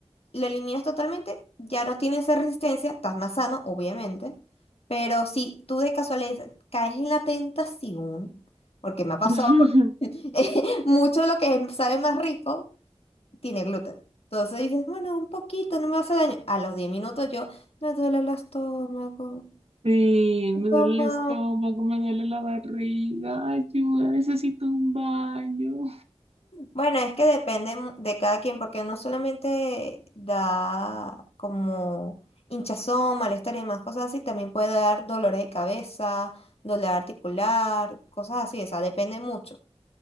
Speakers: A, on the left; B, on the right.
A: lo eliminas totalmente, ya no tienes esa resistencia, estás más sano, obviamente, pero si tú de casualidad caes en la tentación, porque me ha pasado,
B: <laughs>
A: <laughs> mucho de lo que sabe más rico tiene gluten. Entonces dices, bueno, un poquito, no me hace daño. A los 10 minutos yo me duele el estómago.
B: Sí, me
A: Toma.
B: duele el estómago, me duele la barriga, ayuda, necesito un baño.
A: Bueno, es que depende mu- de cada quien, porque no solamente da como hinchazón, malestar y demás cosas así, también puede dar dolores de cabeza, dolor articular, cosas así, o sea, depende mucho.